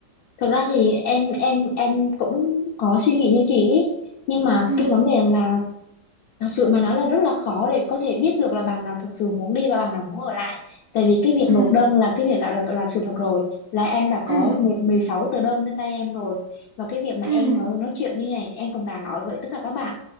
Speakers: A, on the left (about 70°); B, on the right (about 65°).
A: thực ra thì em em em cũng có suy nghĩ như chị ý. nhưng mà
B: ừ
A: cái vấn đề là Thật sự mà nói là rất là khó để có thể biết được là bạn nào thật sự muốn đi và bạn nào muốn ở lại. Tại vì cái việc
B: ừ
A: nộp đơn là cái việc đã là, là sự thật rồi. Là em đã có
B: ừ
A: 10 16 tờ đơn trên tay em rồi. Và cái việc mà
B: ừ
A: em nói, nói chuyện như này em cũng đã nói với tất cả các bạn